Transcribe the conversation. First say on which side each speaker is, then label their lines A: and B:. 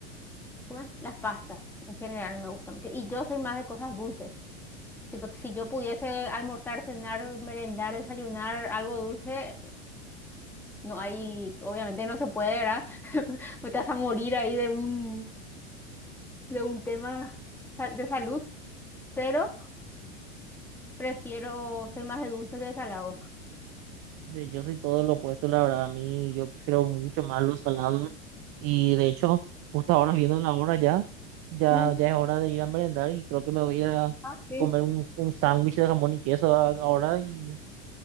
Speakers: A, in the centre; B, on the right (about 40°).
A: ¿cómo es? Las pastas en general me gustan mucho. Y yo soy más de cosas dulces. Tipo, si yo pudiese almorzar, cenar, merendar, desayunar algo dulce, no hay, obviamente no se puede, ¿verdad? <laughs> Me Te vas a morir ahí de un, de un tema sa- de salud, pero Prefiero, soy más de dulce que de salado.
B: Yo yo soy todo lo opuesto, la verdad. A mí, yo prefiero mucho más los salados. Y de hecho, justo ahora viendo la hora ya, ya,
A: Mm,
B: ya es hora de ir a merendar y creo que me voy a ir a
A: Ah, sí.
B: comer un, un sándwich de jamón y queso a- ahora y